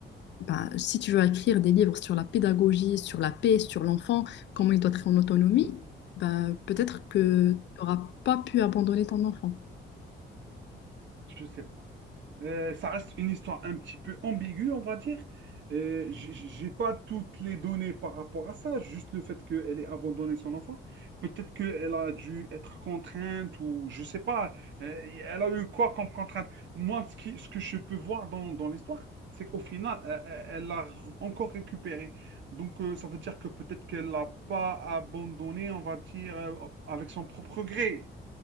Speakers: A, on the left; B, on the right.
A: ben, si tu veux écrire des livres sur la pédagogie, sur la paix, sur l'enfant, comment il doit être en autonomie, ben, peut-être que
B: Hmm.
A: tu n'auras pas pu abandonner ton enfant.
B: Je sais pas. Euh, ça reste une histoire un petit peu ambiguë, on va dire. Euh, j'ai j'ai pas toutes les données par rapport à ça, juste le fait qu'elle ait abandonné son enfant. Peut-être qu'elle a dû être contrainte ou je sais pas. Euh, elle a eu quoi comme contrainte? Moi, ce qui- ce que je peux voir dans, dans l'histoire, c'est qu'au final, euh, euh, elle l'a re- encore récupéré. Donc, euh, ça veut dire que peut-être qu'elle l'a pas abandonné, on va dire, euh, avec son propre gré.